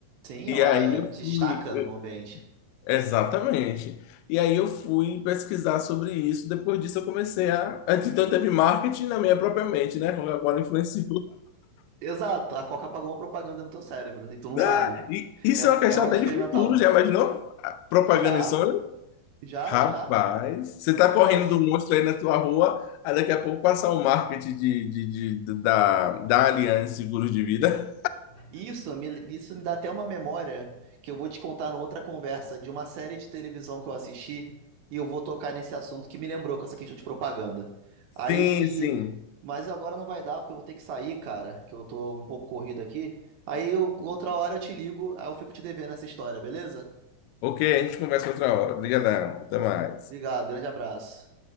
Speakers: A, on the right (about 80°); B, on the left (about 85°).
A: Sim,
B: E
A: ela
B: aí
A: eh,
B: eu
A: destaca
B: fui. eu-
A: no ambiente.
B: Exatamente. E aí eu fui pesquisar sobre isso. Depois disso eu comecei a. Antes então teve marketing na minha própria mente, né? Agora influenciou.
A: Exato, a Coca apagou uma propaganda no teu cérebro e tu não
B: Ah,
A: sabe.
B: e isso
A: É, um-
B: é uma questão
A: é algo
B: até
A: experimental.
B: de futuro, já imaginou? A Propaganda
A: Já,
B: insônia?
A: já,
B: Rapaz,
A: já.
B: você tá correndo
A: Cara, isso,
B: do monstro aí na tua rua, aí daqui a pouco passar o marketing de, de, de- de- da, da Aliança Seguros de Vida.
A: isso, me, isso me dá até uma memória que eu vou te contar numa outra conversa de uma série de televisão que eu assisti e eu vou tocar nesse assunto que me lembrou com essa questão de propaganda. Aí,
B: Sim, sim.
A: mas agora não vai dar porque eu vou ter que sair, cara, que eu tô um pouco corrido aqui. Aí eu- outra hora eu te ligo, aí eu fico te devendo essa história, beleza?
B: Ok, a gente conversa outra hora. Obrigadão, até mais.
A: Obrigado, grande abraço.